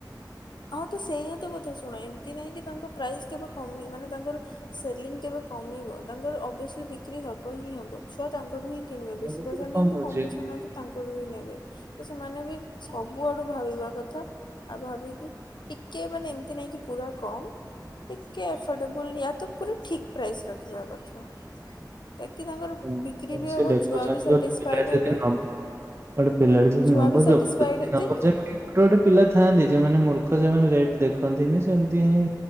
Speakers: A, on the left; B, on the right.
A: ହଁ ତ ସେଇଆ ତ କଥା ଶୁଣ ଏମିତି ନାହିଁ କି ତାଙ୍କ ପ୍ରାଇସ୍ କେବେ କମି ମାନେ ତାଙ୍କର ସେଲିଂ କେବେ କମେଇବ ତାଙ୍କର ଅବ୍ସଲି ବିକ୍ରି ହବ ହିଁ ହବ ଛୁଆ ତାଙ୍କଠୁ ହିଁ କିଣିବେ, ବେଶୀ
B: ଏମିତିରେ
A: ପଇସା
B: କଣ
A: ନିଅନ୍ତୁ
B: ବୁଝେ।
A: କମ୍ ପଇସା ନିଅନ୍ତୁ। ତାଙ୍କଠୁ ବିି ନେବେ, ତ ସେମାନେ ବି ସବୁଆଡୁ ଭାବିବା କଥା, ଆଉ ଭାବିକି ଟିକେ ମାନେ ଏମିତି ନାଇଁ କି ପୁରା କମ, ଟିକେ ଏଫୋର୍ଡେବୁଲ ୟା ତ ପୁରା ଠିକ୍ ପ୍ରାଇସ୍ ରଖିବା କଥା। ତାକି ତାଙ୍କର
B: ହୁଁ
A: ବିକ୍ରି ବି
B: ସେ
A: ହବ
B: ଦେଖୁଛନ୍ତି
A: ଛୁଆ ବି ସାଟିସ୍ଫାଇଏଡ
B: ଗୋଟେ ପିଲା ଯଦି
A: ହେବେ।
B: ନ ଗୋଟେ ପିଲାଟେ ଯଦି
A: ଛୁଆ
B: ନବ
A: ବି ସେଟିସଫାଇଡ
B: ଜବରଦସ୍ତି ନବ
A: ଯେ
B: ଯେମିତି ଗୋଟେ ଗୋଟେ ପିଲା ଥାଆନ୍ତି ଯେଉମାନେ ମୂର୍ଖ ସେମାନେ ରେଟ ଦେଖନ୍ତିନି ସେମିତି ହିଁ